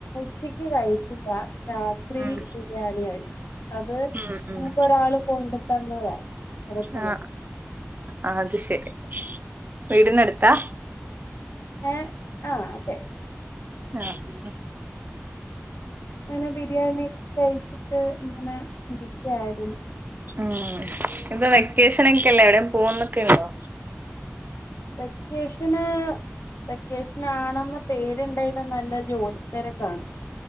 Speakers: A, on the left; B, on the right.
A: ച്ചക്ക് കഴിച്ചില്ല. രാത്രി
B: ഉം
A: ബിരിയാണിയ കഴി അത്
B: ഉം
A: നമുക്ക്
B: ഉം
A: ഒരാള് കൊണ്ടു തന്നതായി അടുത്തല്ല
B: ആ ആ അത് ശരി വീടിന്നടുത്താ
A: ഏ ആ അതെ
B: ആ <unintelligible>
A: ങ്ങനെ ബിരിയാണി കഴിച്ചിട്ട് ഇങ്ങനെ ഇരിക്കായിരുന്നു
B: ഉം. പ്പ വെക്കേഷനൊക്കല്ലേ എവിടേം പോവുന്നൊക്കെ ഉണ്ടോ
A: വെക്കേഷന് വെക്കേഷനാണെന്ന പേരുണ്ടായിലും നല്ല ജോലിത്തിരക്കാണ്